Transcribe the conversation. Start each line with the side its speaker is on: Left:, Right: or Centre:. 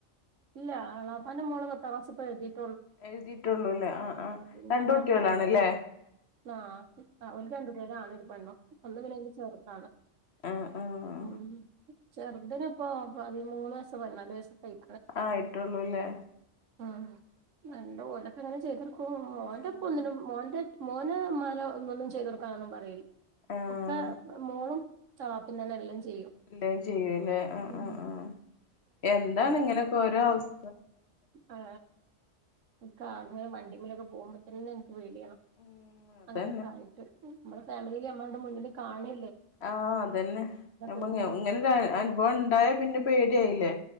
Right: ഇല്ല എളാപ്പാന്റെ മോൾ പത്താം ക്ലാസ് പ്പം
Left: എഴുതിയിട്ടുള്ളൂലേ ആ ആ
Right: പിന്നെ
Left: രണ്ട് കുട്ട്യേളാണ്ലെ.
Right: അമ്മായിമ്മ ആ ഓൽ രണ്ടുപേര് ആണ് ഒര് പെണ്ണും ഒന്ന് പിന്നെ അയിന്റെ ചെർതാണ്.
Left: ആ ആ.
Right: ഉം ചെർതിന് ഇപ്പോ പതിമൂന്ന് വയസ്സോ പതിനാല് വയസ്സോ ഒക്കായി
Left: ആയിട്ടുള്ളൂല്ലേ.
Right: ഉം അല്ല, ഓലൊക്കെങ്ങനെ ചെയ്തൊടുക്കും മോന്റെ
Left: ആഹ്
Right: ഇപ്പം ഒന്നിനും മോന്റെ മോന് മ്മാരെ ഒന്നൊന്നും ചെയ്തൊടുക്കാനൊന്നും പറയ
Left: ആഹ്
Right: ഒക്കെ മോളും തവാപ്പിന്നന്നെ എല്ലാം. ചെയ്യും
Left: <unintelligible> ചെയ്യൂലേ ആ
Right: ഉം
Left: ആ ആ എന്താണ് ഇങ്ങനെക്കെ ഓരോ അവസ്
Right: ആ കാർമ്മെ വണ്ടിമലൊക്കെ പോവുമ്പോത്തന്നെ.
Left: ഉം
Right: <inaudible>
Left: അതന്നെ
Right: അങ്ങനെനൊക്കായിട്ട് മ്മളെ ഫാമിലീല് അമ്മളാട്ട് മുന്നിൽ കാണി
Left: ആ അതന്നെ <unintelligible>
Right: എടുക്കുന്നത്
Left: ഇങ്ങനൊരു അനുഭവം ഇണ്ടായ പിന്നെ പേടിയായില്ലേ.